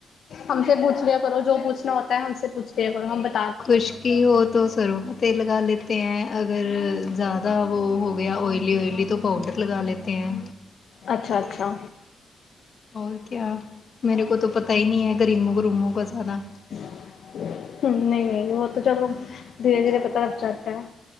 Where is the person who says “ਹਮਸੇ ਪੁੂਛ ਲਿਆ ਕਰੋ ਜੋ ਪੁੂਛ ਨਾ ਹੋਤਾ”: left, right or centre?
Left